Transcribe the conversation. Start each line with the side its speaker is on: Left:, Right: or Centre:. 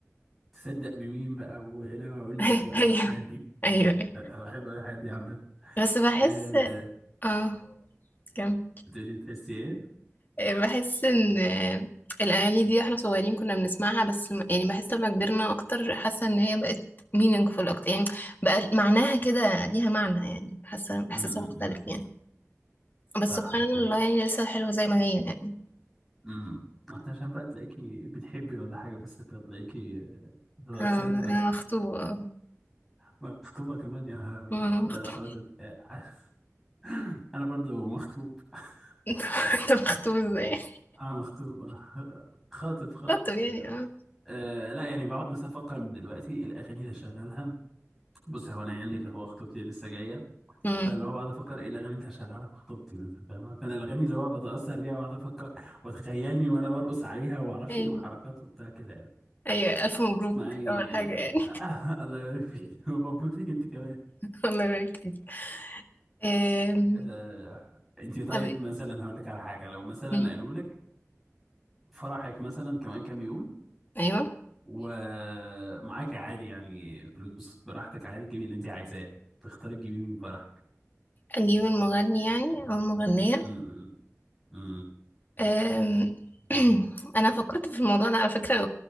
Centre: تصدق بمين بقى ولا ما اقول لك
Left: <laughs>
Centre: بقى
Left: أيوه
Centre: والحاجات دي
Left: أيوه أيوه
Centre: أه، بحب أوي الحاجات دي عامه
Left: بس بحس
Centre: آه،
Left: اه كمل.
Centre: بتقولي تحسي ايه؟
Left: بحس ان الاغاني دي واحنا صغيرين كنا بنسمعها بس م- يعني بحس لما كبرنا اكتر حاسه ان هي بقت meaningful اكتر يعني بقى معناها كده ليها معنى يعني حاسه
Centre: م-
Left: احساسها
Centre: م-
Left: مختلف
Centre: م.
Left: يعني
Centre: صح
Left: بس سبحان
Centre: اكيد
Left: الله يعني لسه حلوه زي ما هي يعني
Centre: امم عشان بقى تلاقيكي بتحبي ولا حاجة بس انت تلاقيكي بتتأثري
Left: آه،
Centre: بيها
Left: انا
Centre: أكتر
Left: مخطوبه آه،
Centre: مخطوبة كمان يا نهار أبيض
Left: أنا مخطوبة.
Centre: لا ده خلاص آه، <laughs> أنا برضو مخطوب <laughs>
Left: <laughs> انت مخطوب ازاي
Centre: أنا مخطوب آه، خاطب خاطب
Left: خطب يعني اه
Centre: أه لا يعني بقعد مثلا أفكر من دلوقتي إيه الأغاني اللي هشغلها بص هو أنا يعني اللي هو خطوبتي لسه جاية
Left: أمم.
Centre: فاللي هو بقعد أفكر إيه الأغاني اللي هشغلها في خطوبتي مثلا فاهمة فأنا الأغاني اللي هو بتأثر بيها وأقعد أفكر وتخيلني وأنا برقص عليها وما أعرفش
Left: ايوه
Centre: إيه وحركات وبتاع كده يعني.
Left: ايوه الف مبروك
Centre: معي
Left: اول حاجه يعني
Centre: آه الله يبارك فيك <laughs> مبروك ليك انت كمان
Left: <laughs> الله يبارك فيك آم،
Centre: آه انت طيب
Left: طب
Centre: مثلا هقول لك على حاجه لو مثلا
Left: أمم.
Centre: قالوا لك فرحك مثلا كمان كام يوم
Left: ايوه
Centre: ومعاك عادي يعني فلوس براحتك عادي تجيبي اللي انت عايزاه تختاري تجيبي مين فرحك
Left: اجيب المغني يعني او المغنيه
Centre: امم امم
Left: أم، <clears throat> انا فكرت في الموضوع ده على فكره